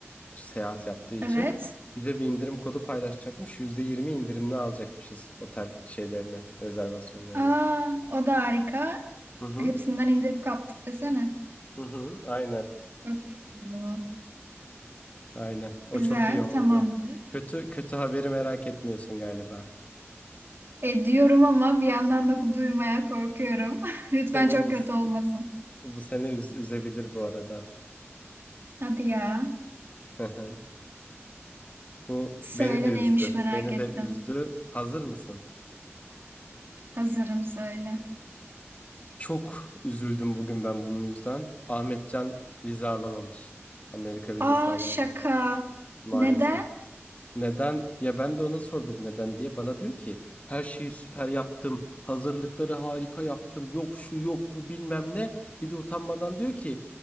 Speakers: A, on the left (about 30°); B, on the right (about 55°).
A: seyahat yaptığı için
B: Evet.
A: bize bir indirim kodu paylaşacakmış. %20 indirimli alacakmışız otel şeylerine, rezervasyonlarına.
B: Aa, o da harika.
A: Hı hı.
B: Hepsinden indirip kaptık desene.
A: Hı hı. Aynen.
B: Çok iyi oldu bu.
A: Aynen. O
B: Güzel,
A: çok iyi oldu.
B: tamamdır.
A: Kötü kötü haberi merak etmiyorsun galiba.
B: E, diyorum ama bir yandan da duymaya korkuyorum. <laughs> Lütfen
A: Seni
B: çok
A: bu
B: kötü olmasın.
A: bu seni üz- üzebilir bu arada.
B: Hadi ya.
A: Hı hı. Bu
B: Söyle
A: beni de üzdü.
B: neymiş merak
A: Beni
B: ettim.
A: de üzdü. Hazır mısın?
B: Hazırım söyle.
A: Çok üzüldüm bugün ben bunun yüzden. Ahmetcan vize alamamış. Amerika vizesi
B: Aa
A: alamamış.
B: şaka.
A: Maalesef.
B: Neden?
A: Neden? Ya ben de ona sordum neden diye. Bana diyor ki her şeyi süper yaptım. Hazırlıkları harika yaptım. Yok şu yok bu bilmem ne. Bir de utanmadan diyor ki